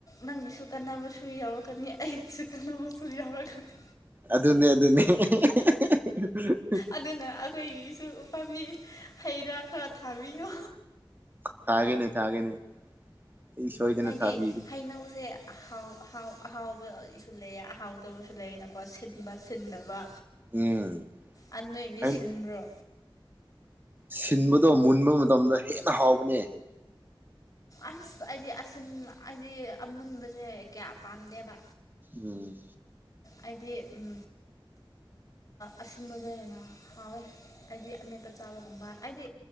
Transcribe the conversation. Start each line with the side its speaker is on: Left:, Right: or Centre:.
Left: ꯅꯪꯒꯤꯁꯨ ꯀꯥꯟꯅꯕꯁꯨ ꯌꯥꯎꯔꯛꯀꯅꯤ ꯑꯩꯒꯤꯁꯨ ꯀꯥꯟꯅꯕꯁꯨ ꯌꯥꯎꯔꯛꯀꯅꯤ
Right: ꯑꯗꯨꯅꯦ ꯑꯗꯨꯅꯦ <unintelligible>
Left: ꯑꯗꯨꯅ ꯑꯩꯈꯣꯏꯒꯤꯁꯨ ꯄꯥꯝꯕꯤ ꯍꯩ ꯔꯥ ꯈꯔ ꯊꯥꯕꯤꯌꯨ
Right: ꯊꯥꯒꯦꯅꯦ ꯊꯥꯒꯦꯅꯦ ꯑꯩ ꯁꯣꯏꯗꯅ
Left: ꯍꯥꯏꯗꯤ
Right: ꯊꯥꯕꯤꯒꯦ
Left: ꯍꯩꯅꯧꯁꯦ ꯑꯍꯥꯎ ꯑꯍꯥꯎ ꯑꯍꯥꯎꯕꯁꯨ ꯂꯩꯌꯦ ꯑꯍꯥꯎꯗꯕꯁꯨ ꯂꯩꯅꯀꯣ ꯁꯤꯟꯕ ꯁꯤꯟꯗꯕ
Right: ꯎꯝ
Left: ꯑꯗꯨ ꯅꯣꯏꯗꯤ
Right: ꯍꯥꯏꯅ
Left: ꯁꯤꯟꯕ꯭ꯔꯣ
Right: ꯁꯤꯟꯕꯗꯣ ꯃꯨꯟꯕ ꯃꯇꯝꯗ ꯍꯦꯟꯅ ꯍꯥꯎꯕꯅꯦ
Left: ꯑꯁ ꯑꯩꯗꯤ ꯑꯁꯤꯟ ꯑꯩꯗꯤ ꯑꯃꯨꯟꯕꯁꯦ ꯀꯌꯥ ꯄꯥꯝꯗꯦꯕ
Right: ꯎꯝ
Left: ꯑꯩꯗꯤ ꯎꯝ ꯑꯁꯤꯟꯕꯗ ꯍꯦꯟꯅ ꯍꯥꯎꯋꯦ ꯍꯥꯏꯗꯤ ꯑꯃꯦꯠꯄ ꯆꯥꯕꯒꯨꯝꯕ ꯍꯥꯏꯗꯤ